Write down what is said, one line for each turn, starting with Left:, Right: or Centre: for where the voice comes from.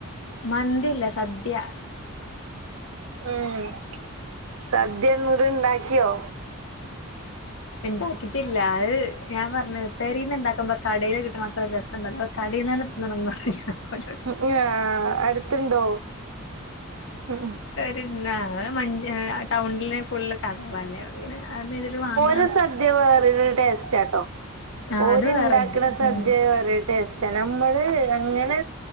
Left: മന്തി യല്ല സദ്യ
Right: ഏഹ് സദ്യ ഇത് ഇണ്ടാക്കിയോ
Left: ഇണ്ടാക്കിട്ടില്ല അഹ് ഞാൻ പറഞ്ഞ് പെരിന്ന് ഇണ്ടാക്കുമ്പം കടേല് കിട്ട്ണ ത്ര രസംണ്ടാവൂല അപ്പൊ കടേന്ന് ന്നെ <unintelligible>
Right: ഉം യാ അടുത്ത് ണ്ടോ ഉം ഉം
Left: പിന്നെ ഇവടെ മൻ ഹേ ടൗണ് ല് ഫുള്ള് കടകളല്ലേ പ്പം പിന്നെ അതില് വാങ്ങ
Right: രെ സദ്യ വേറെര് ടേസ്റ്റ് ആ ട്ടോ
Left: ആ
Right: ഓര്
Left: അത് വേറെണ്ട്
Right: ണ്ടാ ക്ണ സ
Left: ഉം
Right: ഇത് ഒരേ ടേസ്റ്റ് നമ്മള് അങ്ങനെ